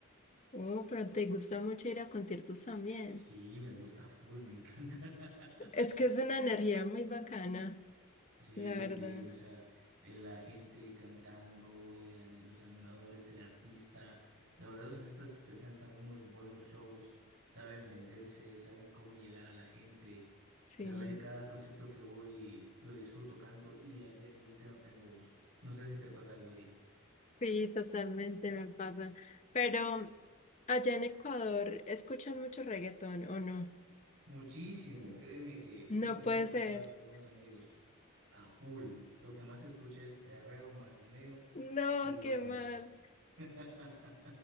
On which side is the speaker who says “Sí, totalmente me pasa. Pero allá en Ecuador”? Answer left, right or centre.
Left